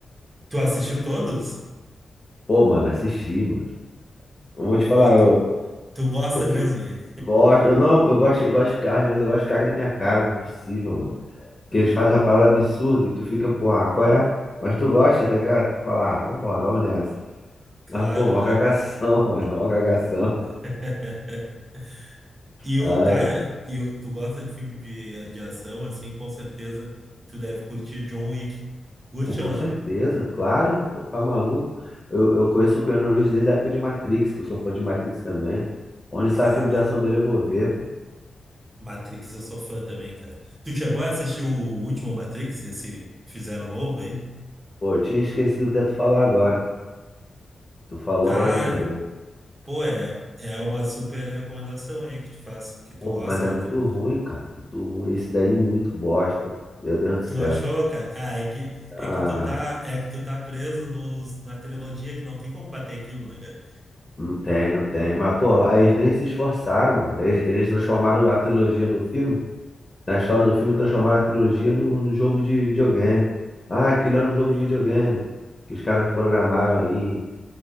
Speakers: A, on the right (about 30°); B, on the left (about 25°).
A: tu assistiu todos?
B: pô, mano, assisti, mano. Eu vou te
A: Porra,
B: falar, eu,
A: tu, tu gosta
B: eu fi-
A: mesmo, hein?
B: gosto, eu não, eu gosto, eu gosto de carro, às vezes eu gosto de carro na minha cara, não é possível, mano. Que eles fazem uma parada absurda e tu fica, pô, ah, qual é? Mas tu gosta, tá ligado? Tu fala, ah, vambora, vamos nessa.
A: Claro,
B: Mas, pô, mó
A: claro.
B: cagação, <laughs> mano, mó cagação.
A: <laughs> E o
B: Ah,
A: cara,
B: é.
A: e o- tu gosta de filme de, de ação, assim, com certeza tu deve curtir John Wick. Curte
B: Pô, com
A: ou não?
B: certeza, claro, tu tá maluco. Eu, eu conheço o Keanu Reeves desde a época de Matrix, que eu sou fã de Matrix também. Onde sai
A: Ah,
B: filme
A: Ma-
B: de ação dele, eu vou ver, pô.
A: Matrix eu sou fã também, cara. Tu chegou a assistir o último Matrix, esse que fizeram novo aí?
B: Pô, eu tinha esquecido até tu falar agora. Tu falou,
A: Cara,
B: agora eu lembrei.
A: pô, é, é uma super recomendação aí que te faço, que tu
B: Pô,
A: gosta
B: mas é
A: da
B: muito
A: tri-
B: ruim, cara. Muito ruim. Esse daí é muito bosta. Meu Deus do céu.
A: Tu achou, cara? Ah, é que é
B: Ah.
A: que tu tá, é que tu tá preso nos, na trilogia que não tem como bater aquilo, né, cara?
B: Não tem, não tem.
A: Não,
B: Mas, pô, aí
A: não
B: eles nem se esforçaram, mano. Eles, eles transformaram a trilogia no filme. Na história do filme, transformaram a trilogia no, no jogo de videogame. Ah, aquilo era um jogo
A: tem.
B: de videogame. Que os caras programaram aí.